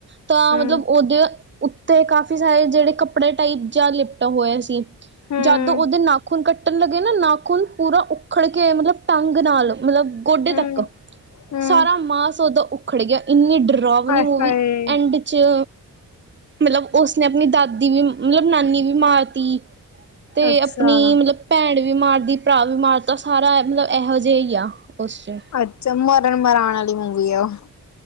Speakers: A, on the right; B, on the left.
A: ਤਾਂ
B: ਹੂੰ
A: ਮਤਲਬ ਓਦੇ ਉੱਤੇ ਕਾਫੀ ਸਾਰੇ ਜਿਹੜੇ ਕੱਪੜੇ ਟਾਈਪ ਜਾ ਲਿਪਟਾ ਹੋਇਆ ਸੀ।
B: ਹੂੰ
A: ਜੱਦ ਉਹਦੇ ਨਾਖੂਨ ਕੱਟਣ ਲੱਗੇ ਨਾ, ਨਾਖੂਨ ਪੂਰਾ ਉੱਖੜ ਕੇ ਮਤਲਬ ਟੰਗ ਨਾਲ, ਮਤਲਬ ਗੋਡੇ
B: ਹੂੰ
A: ਤੱਕ,
B: ਹੂੰ
A: ਸਾਰਾ ਮਾਸ ਓਦਾ ਉ ਉੱਖੜ ਗਿਆ। ਇੰਨੀ ਡਰਾਵਨੀ
B: ਹਾਏ
A: ਮੂਵੀ
B: ਹਾਏ
A: ਐਂਡ ਚ ਮਤਲਬ- ਉਸਨੇ ਆਪਣੀ ਦਾਦੀ ਵੀ, ਨਹੀਂ, ਮਤਲਬ- ਨਾਨੀ ਵੀ ਮਾਰਤੀ ਤੇ
B: ਅੱਛਾ
A: ਆਪਣੀ ਮਤਲਬ- ਭੈਣ ਵੀ ਮਾਰਦੀ, ਭਰਾ ਵੀ ਮਾਰ ਤਾ। ਸਾਰਾ ਮਤਲਬ ਇਹੋ-ਜਈ ਆ ਉਸ 'ਚ।
B: ਅੱਛਾ, ਮਰਨ-ਮਰਾਨ ਆਲੀ ਮੂਵੀ ਆ ਉਹ